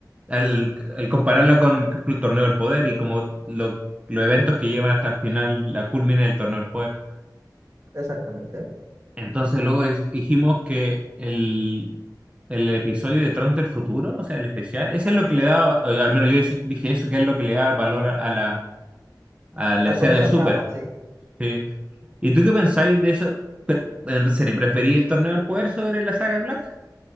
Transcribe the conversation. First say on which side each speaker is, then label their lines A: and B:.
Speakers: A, on the right; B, on the right.
A: al, al compararla con, por ejemplo, el Torneo del Poder y como lo- los eventos que llevan hasta el final, la culmina del Torneo del Poder.
B: exactamente.
A: Entonces luego dij- dijimos que el, el episodio de Trunks del futuro, o sea, el especial, ese es lo que le daba, eh, al menos yo deci- dije eso, que es lo que le da valor a, a la, a la
B: A
A: escena
B: toda esa
A: de Super.
B: trama, sí.
A: ¿sí? ¿Y tú qué pensáis de eso? Pe- En serio, ¿preferí el Torneo del Poder sobre la saga de Black?